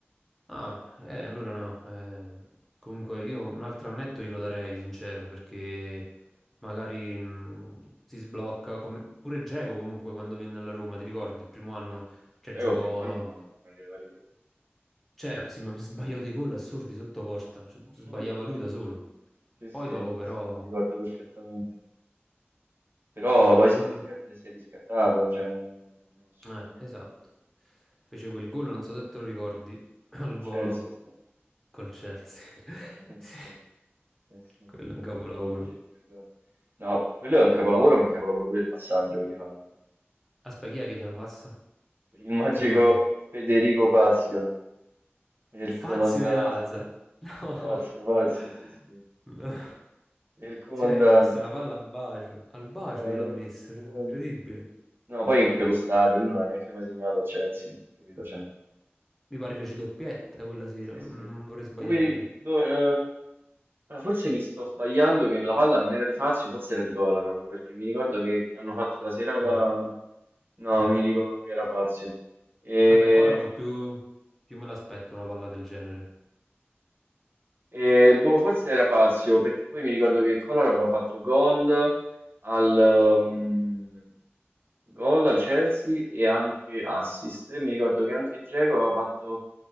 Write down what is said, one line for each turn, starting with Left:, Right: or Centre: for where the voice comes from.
Centre: Ah, eh,
Right: Sì.
Centre: allora no. eh, comunque io un altro annetto glielo darei, sincero, perché magari mh, si sblocca. come- Pure Dzeko comunque quando venne alla Roma, ti ricordi, il primo anno, cioè
Right: Già
Centre: giocò...
Right: col primo anno faceva ridere.
Centre: Cioè, si ma- sbagliò dei gol assurdi sotto porta, cioè,
Right: <laughs>
Centre: sbagliava lui da solo.
Right: Sì, sì,
Centre: Poi dopo
Right: sì,
Centre: però
Right: sì, me lo ricordo perfettamente. Però
Centre: fece quel
Right: poi
Centre: gol...
Right: si è, risca- si è riscattato, cioè, non no, assolutamente.
Centre: Eh, esatto. Fece quel gol, non so se te lo ricordi, <clears throat> al
Right: Col
Centre: volo
Right: Chelsea, sta- <laughs>
Centre: col Chelsea. <laughs>
Right: sì,
Centre: Sì.
Right: sì, sì, sì,
Centre: Quello è
Right: già
Centre: un capolavoro.
Right: lo sapevo che dicevi quel gol. No, quello è un capolavoro, ma è un capolavoro pure il passaggio che gli fanno.
Centre: Aspetta, chi è che gliela passa?
Right: eh. Il magico
Centre: Ti ricordi?
Right: Federico Fazio. E il
Centre: Fazio
Right: comandante.
Centre: gliel'alza. <laughs>
Right: Pazzo, pazzo, sì, sì.
Centre: No. No.
Right: E il comandante.
Centre: Cioè, gli ho messo una palla al bacio. Al bacio
Right: No,
Centre: gliel'ho
Right: no,
Centre: messa,
Right: stupendo.
Centre: cioè, incredibile.
Right: No, poi in quello stadio lui non ha neanche mai segnato a Chelsea, capito? Cioè,
Centre: Mi pare fece doppietta quella sera,
Right: sì,
Centre: non
Right: sì.
Centre: non vorrei sbagliarmi.
Right: Lui, do- eh, ah, forse mi sto sbagliando che la palla non era di Fazio, forse era di Kolarov, perché mi ricordo che hanno fatto la serata...
Centre: Kolar.
Right: No,
Centre: Mhm.
Right: mi dicono che era Fazio. E
Centre: Vabbè, Kolar più, più me l'aspetto una palla del genere.
Right: E, boh, forse era Fazio, perché poi mi ricordo che Collor aveva fatto gol al, um, gol al Chelsea e anche assist. E mi ricordo che anche Dzeko aveva fatto